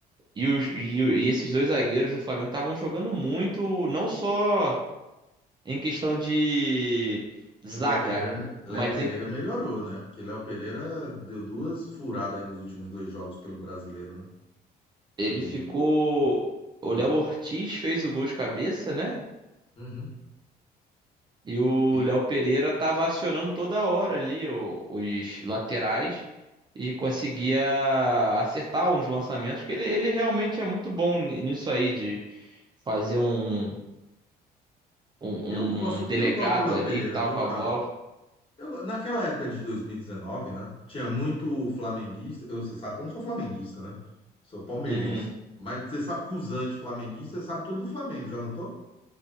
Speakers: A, on the right; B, on the left.
A: E, os- e o- e esses dois zagueiros do Flamengo estavam jogando muito, não só em questão de zaga,
B: Léo Pereira, Léo
A: mas
B: Pereira
A: em-
B: melhorou, né? Porque Léo Pereira deu duas furadas aí nos últimos dois jogos pelo brasileiro, né?
A: ele
B: E,
A: ficou. O
B: hum,
A: Léo Ortiz fez o gol de cabeça, né?
B: uhum.
A: E o
B: E
A: Léo Pereira tava acionando toda hora ali o- os laterais e conseguia acertar uns lançamentos, que ele, ele realmente é muito bom ni- nisso aí, de fazer um, um,
B: eu gosto,
A: um delegado
B: eu gosto do Léo
A: ali
B: Pereira,
A: e tal
B: viu,
A: com
B: cara?
A: a bola.
B: Eu go- naquela época de 2019, né? Tinha muito flamenguista. Eu, você sabe que eu não sou flamenguista, né? Sou palmeirense.
A: Uhum.
B: Mas você sabe que os anti-flamenguistas sabem tudo do Flamengo, já notou?